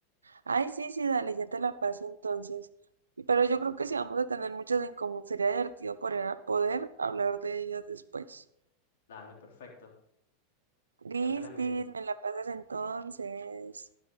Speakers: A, on the right (about 85°); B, on the left (about 70°).
A: Ay, sí, sí, dale, ya te la paso entonces. Y- Pero yo creo que si vamos a tener muchas en común, sería divertido poder, poder hablar de ellas después.
B: Dale, perfecto.
A: Listis,
B: Ya te la envío.
A: me la pasas entonces.